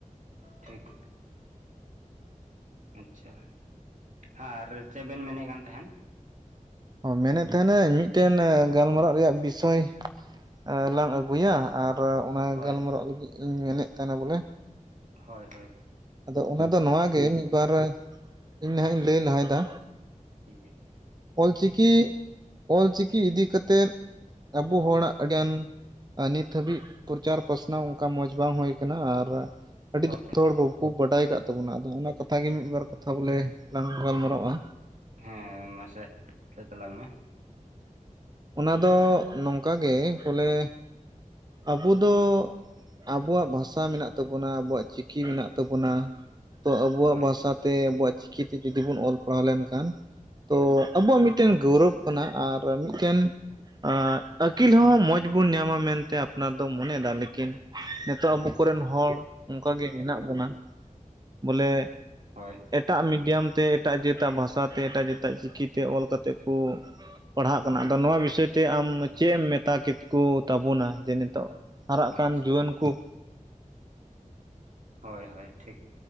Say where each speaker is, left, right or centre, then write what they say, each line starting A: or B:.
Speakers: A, on the right; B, on the right.
A: ᱴᱷᱤᱠ ᱟᱪᱷᱟ ᱦᱮ ᱟᱨ ᱪᱮᱫ ᱵᱮᱱ ᱢᱮᱱᱮᱫ ᱠᱟᱱ ᱛᱟᱸᱦᱮᱱ
B: ᱚ ᱢᱮᱱᱮᱫ ᱛᱟᱦᱮᱱᱟᱹᱧ ᱢᱤᱫᱴᱮᱱ ᱜᱟᱞᱢᱟᱨᱟᱜ ᱨᱮᱭᱟᱜ ᱵᱤᱥᱚᱭ ᱮᱸ ᱞᱟᱝ ᱟᱹᱜᱩᱭᱟ ᱟᱨ ᱚᱱᱟ
A: ᱦᱳᱭ
B: ᱜᱟᱞᱢᱟᱨᱟᱜ ᱞᱟᱹᱜᱤᱫ ᱤᱧ ᱢᱮᱱᱮᱫ ᱛᱟᱦᱮᱱᱟ ᱵᱚᱞᱮ
A: ᱦᱚᱭ-ᱦᱚᱭ
B: ᱟᱫᱚ ᱚᱱᱟ ᱫᱚ ᱱᱚᱣᱟ ᱜᱮᱼ ᱢᱤᱫ ᱵᱟᱨ ᱤᱧ ᱱᱟᱦᱜ ᱤᱧ ᱞᱟᱹᱭ ᱞᱟᱦᱟᱭ ᱫᱟ᱾
A: ᱴᱷᱤᱠ ᱜᱮᱭᱟ᱾
B: ᱚᱞᱪᱤᱠᱤᱼᱚᱞᱪᱤᱠᱤ ᱤᱫᱤ ᱠᱟᱛᱮᱫ ᱟᱵᱚ ᱦᱚᱲᱟᱜ ᱟᱹᱰᱤᱜᱟᱱ ᱟᱨ ᱱᱤᱛ ᱫᱷᱟᱹᱵᱤᱡ ᱯᱨᱚᱪᱟᱨ ᱯᱟᱥᱱᱟᱣ ᱚᱱᱠᱟ ᱢᱚᱸᱡᱽ ᱵᱟᱝ ᱦᱩᱭ ᱠᱟᱱᱟ ᱟᱨ ᱟᱹᱰᱤ
A: ᱦᱳᱭ
B: ᱡᱷᱚᱛᱚ ᱦᱚᱲ ᱵᱟᱠᱚ ᱵᱟᱰᱟᱭ ᱠᱟᱫ ᱛᱟᱵᱚᱱᱟ ᱟᱫᱚ ᱚᱱᱟ ᱠᱟᱛᱷᱟ ᱜᱮ ᱢᱤᱫᱵᱟᱨ ᱠᱟᱛᱷᱟ ᱵᱚᱞᱮ ᱞᱟᱝ ᱜᱟᱞᱢᱟᱨᱟᱜᱼᱟ᱾
A: ᱦᱮᱸ ᱢᱟᱥᱮ ᱞᱟᱹᱭ ᱛᱟᱞᱟᱝ ᱢᱮ᱾
B: ᱚᱱᱟ ᱫᱚ ᱱᱚᱝᱠᱟ ᱜᱮ ᱵᱚᱞᱮ ᱟᱵᱩ ᱫᱚ ᱟᱵᱩᱣᱟᱜ ᱵᱷᱟᱥᱟ ᱢᱮᱱᱟᱜ ᱛᱟᱵᱩᱱᱟ, ᱟᱵᱩᱣᱟᱜ ᱪᱤᱠᱤ ᱢᱮᱱᱟᱜ ᱛᱟᱵᱩᱱᱟ ᱛᱚ ᱟᱵᱩᱣᱟᱜ
A: ᱦᱳᱭ
B: ᱵᱷᱟᱥᱟ ᱛᱮ ᱟᱵᱚᱣᱟᱜ ᱪᱤᱠᱤᱛᱮ ᱡᱩᱫᱤ ᱵᱚᱱ ᱚᱞᱼ ᱯᱟᱲᱦᱟᱣ ᱞᱮᱱᱠᱷᱟᱱ ᱛᱚ ᱟᱵᱚᱣᱟᱜ ᱢᱤᱫᱴᱮᱱ ᱜᱟᱹᱣᱨᱚᱵᱽ ᱠᱟᱱᱟ ᱟᱨ ᱢᱤᱫᱴᱮᱱ ᱟᱸ ᱟᱹᱠᱤᱞ ᱦᱚᱸ ᱢᱚᱡᱽ ᱵᱚᱱ ᱧᱟᱢᱟ ᱢᱮᱱᱛᱮ ᱟᱯᱱᱟᱨ ᱫᱚ ᱢᱚᱱᱮᱭᱮᱫᱟ ᱞᱮᱠᱤᱱ ᱛᱚ
A: ᱴᱷᱤᱠ
B: ᱟᱵᱩ ᱠᱚᱨᱮᱱ ᱦᱚᱲ ᱚᱱᱠᱟ ᱜᱮ ᱢᱮᱱᱟᱜ ᱵᱚᱱᱟ ᱵᱚᱞᱮ
A: ᱦᱳᱭ
B: ᱮᱴᱟᱜ ᱢᱤᱰᱤᱭᱟᱢ ᱛᱮ ᱮᱴᱟᱜ ᱡᱟᱹᱛᱟᱜ ᱵᱷᱟᱥᱟ ᱛᱮ ᱮᱴᱟᱜ ᱡᱟᱹᱛᱟᱜ ᱪᱤᱠᱤ ᱛᱮ ᱚᱞ ᱠᱟᱛᱮᱫ ᱠᱚ ᱯᱟᱲᱦᱟᱜ ᱟᱫᱚ ᱱᱚᱣᱟ ᱵᱤᱥᱚᱭ ᱛᱮ ᱟᱢ ᱪᱮᱜ ᱮᱢ ᱢᱮᱛᱟ ᱠᱮ ᱠᱚ ᱛᱟᱵᱚᱱᱟ ᱡᱮ ᱱᱤᱛᱚᱜ ᱦᱟᱨᱟᱜ ᱠᱟᱱ
A: ᱟᱪᱪᱷᱟ
B: ᱡᱩᱣᱟᱹᱱ ᱠᱩ
A: ᱦᱚᱭ-ᱦᱚᱭ ᱴᱷᱤᱠ